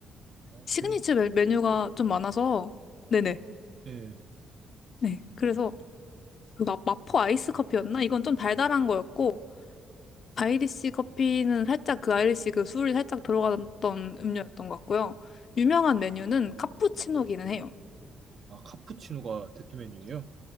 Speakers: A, on the right; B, on the left.
A: 어,
B: 시그니처
A: 되게,
B: 메- 메뉴가 좀 많아서 네네.
A: 네.
B: 네. 그래서 그 마, 마포 아이스 커피였나? 이건 좀 달달한 거였고 아이리시 커피는 살짝 그 아이리시 그 술이 살짝 들어갔던 음료였던 것 같고요. 유명한 메뉴는 카푸치노기는 해요.
A: 아, 카푸치노가 대표 메뉴예요?